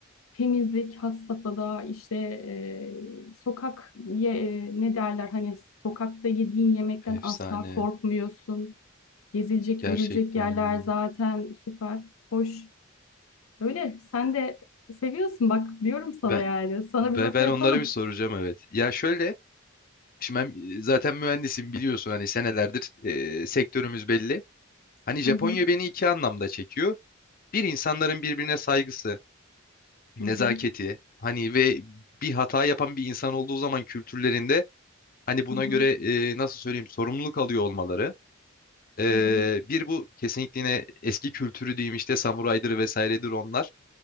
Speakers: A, on the left (about 80°); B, on the left (about 45°).
A: temizlik had safhada, işte e, sokak ye, e, ne derler hani sokakta yediğin yemekten
B: Efsane.
A: asla korkmuyorsun. Gezilecek,
B: Gerçekten
A: görülecek yerler
B: yani.
A: zaten süper, hoş. Öyle, sen de seviyorsun bak diyorum sana
B: Ben,
A: yani. Sana
B: ben
A: bir rota
B: ben
A: yapalım.
B: onlara bir soracağım evet. Ya şöyle şimdi ben e, zaten mühendisim biliyorsun hani senelerdir e, sektörümüz belli. Hani Japonya
A: Hı hı,
B: beni iki anlamda çekiyor. Bir insanların birbirine saygısı. nezaketi
A: hı hı,
B: hani ve bir hata yapan bir insan olduğu zaman kültürlerinde hani buna
A: hı hı,
B: göre e, nasıl söyleyeyim sorumluluk alıyor olmaları. E,
A: hı hı.
B: bir bu kesinlikle yine eski kültürü diyeyim işte samuraydır vesairedir onlar.